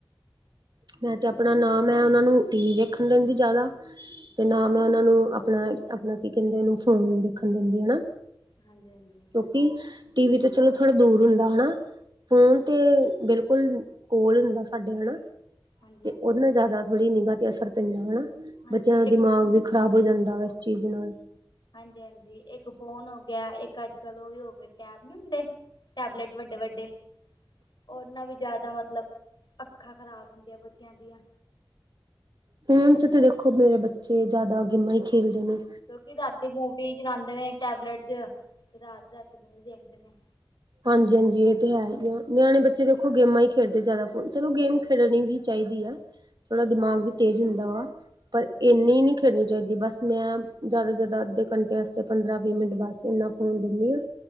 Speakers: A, on the right (about 60°); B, on the left (about 60°).
A: ਮੈਂ ਤੇ ਆਪਣਾ ਨਾ ਮੈਂ ਉਹਨਾ ਨੂੰ ਟੀ ਵੀ ਵੇਖਣ ਦਿੰਦੀ ਜਿਆਦਾ ਤੇ ਨਾ ਮੈਂ ਉਹਨਾਂ ਨੂੰ ਆਪਣਾ ਆਪਣਾ ਕੀ ਕਹਿੰਦੇ ਉਹਨੂੰ ਫੋਨ ਦੇਖਣ ਦਿੰਦੀ ਹਨਾ
B: ਹਾਂਜੀ-ਹਾਂਜੀ
A: ਕਿਉਂਕਿ ਟੀਵੀਂ ਤੇ ਚਲੋ ਥੋੜਾ ਦੂਰ ਹੁੰਦਾ ਹਨਾ, ਫੋਨ ਤੇ ਬਿਲਕੁਲ ਕੋਲ ਹੁੰਦਾ ਸਾਡੇ ਹਨਾ
B: ਹਾਂਜੀ-ਹਾਂਜੀ,
A: ਤੇ ਉਹਦੇ
B: ਹਾਂਜੀ ਹਾਂਜੀ
A: ਨਾਲ ਜਿਆਦਾ ਥੋੜ੍ਹੀ ਨਿਗਾਹ ਤੇ ਅਸਰ ਪੈਂਦਾ ਹਨਾ
B: ਹਾਂਜੀ
A: ਬੱਚਿਆਂ
B: ਇੱਕ
A: ਦਾ ਦਿਮਾਗ ਵੀ ਖਰਾਬ ਹੋ ਜਾਂਦਾ ਵਾ ਇਸ ਚੀਜ਼ ਨਾਲ
B: ਹਾਂਜੀ ਹਾਂਜੀ ਇੱਕ ਫੋਨ ਹੋ ਗਿਆ ਇੱਕ ਅੱਜ ਕੱਲ ਉਹ ਵੀ ਹੋ ਗਏ ਟੈਬ ਨੀ ਹੁੰਦੇ ਟੈਬਲੇਟ ਵੱਡੇ-ਵੱਡੇ ਉਨ੍ਹਾ ਵੀ ਜ਼ਿਆਦਾ ਮਤਲਬ ਅੱਖਾਂ ਖ਼ਰਾਬ ਹੁੰਦੀਆਂ ਬੱਚਿਆਂ ਦੀਆਂ
A: ਫੋਨ ਚ ਤੇ ਦੇਖੋ ਮੇਰੇ ਬੱਚੇ ਜਿਆਦਾ ਗੇਮਾਂ ਹੀ ਖੇਲਦੇ ਨੇ
B: ਕਿਉਂਕਿ ਰਾਤੀ ਮੂਵੀ ਚਲਾਂਦੇ ਨੇ ਟੈਬਲੇਟ ਚ ਤੇ ਰਾਤ ਰਾਤੀ ਮੂਵੀ ਵੇਖਦੇ ਨੇ
A: ਹਾਂਜੀ ਹਾਂਜੀ ਇਹ ਤੇ ਹੈ ਈ ਆ ਨਿਆਣੇ ਬੱਚੇ ਦੇਖੋ ਗੇਮਾਂ ਈ ਖੇਡਦੇ ਜਿਆਦਾ ਫੋਨ ਚ ਚਲੋ ਗੇਮ ਖੇਡਣੀ ਵੀ ਚਾਈਦੀ ਆ ਥੋੜਾ ਦਿਮਾਗ ਵੀ ਤੇਜ ਹੁੰਦਾ ਵਾ ਪਰ ਇੰਨੀ ਨੀ ਖੇਡਣੀ ਚਾਹੀਦੀ ਬਸ ਮੈਂ ਜਿਆਦਾ ਜਿਆਦਾ ਅੱਧੇ ਘੰਟੇ ਵਾਸਤੇ ਪੰਦਰਾਂ ਵੀਹ ਮਿੰਟ ਬਸ ਇੰਨਾ ਫੋਨ ਦਿੰਦੀ ਆਂ